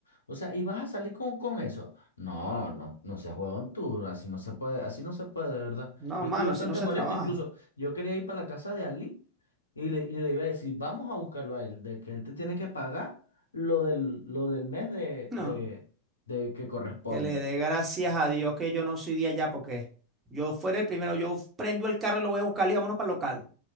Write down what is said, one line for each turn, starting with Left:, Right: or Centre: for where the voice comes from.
Left: O sea, y vas a salir con, con eso. No, no, no seas huevón tú, así no se puede, así no se puede, de verdad.
Right: No,
Left: Yo
Right: mano,
Left: estoy bastante
Right: así no se
Left: molesto,
Right: trabaja.
Left: incluso yo quería ir para la casa de Ali y le, y le iba a decir, vamos a buscarlo a él, de que él te tiene que pagar lo del, lo del mes de,
Right: <laughs> No.
Left: de, de que corresponde.
Right: que le dé gracias a Dios que yo no soy de allá, porque yo fuera el primero, yo prendo el carro y lo voy a buscar y vámonos para el local,